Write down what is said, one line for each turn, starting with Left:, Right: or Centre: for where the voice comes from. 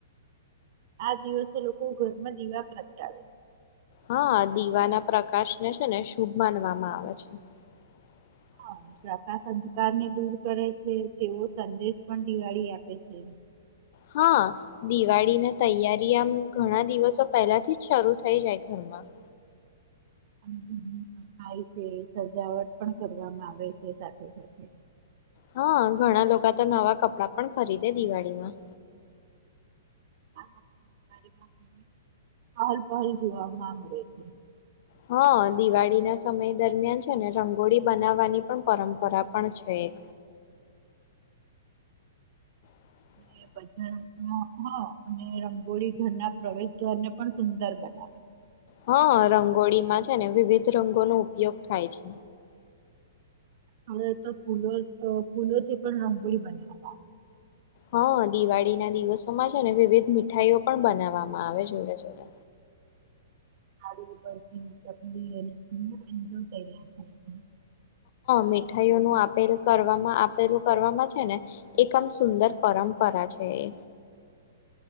Right: આ દિવસે લોકો ઘરમાં દીવા પ્રગટાવે
Left: હા દીવાના પ્રકાશ ને છે ને શુભ માનવામાં આવે છે <inaudible>
Right: હા, અને પ્રકાશ અંધકારને દૂર કરે છે તેવો સંદેશ પણ દિવાળી આપે છે
Left: હા દિવાળીને તૈયારી આમ ઘણા દિવસો પહેલાથી જ શરૂ થઈ જાય ઘરમાં માં
Right: ઘરની સફાઈ છે સજાવટ પણ કરવામાં આવે છે સાથે સાથે
Left: હા ઘણા લોકો તો નવા કપડા પણ ખરીદે દિવાળીમાં
Right: <unintelligible> જોવા મળે છે
Left: હા દિવાળી ના સમય દરમિયાન છે ને રંગોળી બનાવવાની પણ પરંપરા પણ છે <inaudible> <unintelligible>
Right: <unintelligible> અને રંગોળી ઘરના પ્રવેશ દ્વારને પણ સુંદર બનાવે
Left: હા રંગોળીમાં છે ને વિવિધ રંગોનો ઉપયોગ થાય છે
Right: હવે તો ફૂલો ફૂલોથી પણ રંગોળી બનાવી
Left: હા દિવાળી ના દિવસોમાં છે ને વિવિધ મીઠાઈઓ પણ બનાવવામાં આવે જોડે જોડે
Right: <unintelligible>
Left: મીઠાઈઓનું આપેલું કરવામાં આપેલું કરવામાં છે ને એકમ સુંદર પરંપરા પરા છે એ